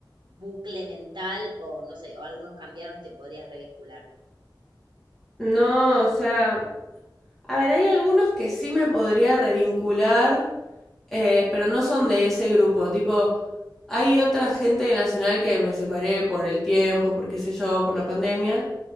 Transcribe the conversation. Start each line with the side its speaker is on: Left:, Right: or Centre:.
Right: bucle mental? O no sé, o algunos cambiaron y te podrías revincular.
Centre: No, o sea, A ver, hay algunos que sí me podría revincular, eh, pero no son de ese grupo. Tipo, hay otra gente de Nacional que me separé por el tiempo, por qué sé yo, por la pandemia.